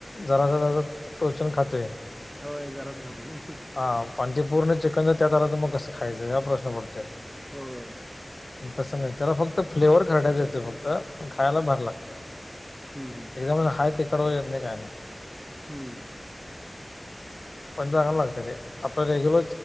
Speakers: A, on the left; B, in the centre.
A: जरा प्रोत्सहन खातोय
B: होय जराच खते
A: हा आणि ते पूर्ण चिकन त्यात आला तर मग कसं खायचं ह प्रश्न पडतोय
B: होय
A: तसं नाही त्याला फक्त फ्लेवर खराडयच येतोय फक्त खायला भार लागत
B: हम् हम
A: एकदा मला हाय ते कडव येत नाही काय नाही.
B: हम्म
A: पण चांगलं लागत ते आपल्या regular